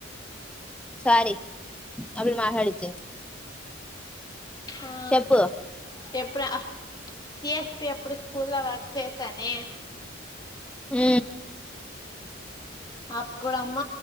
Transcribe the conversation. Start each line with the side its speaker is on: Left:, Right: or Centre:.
Centre: సారీ ఆ పిల్ల మాట్లాడిచ్చింది
Left: ఆ
Centre: చెప్పు
Left: చెప్పురా సిఎస్పి అప్పుడు స్కూల్లో వర్క్ చేసానే
Centre: మ్
Left: అప్పుడమ్మ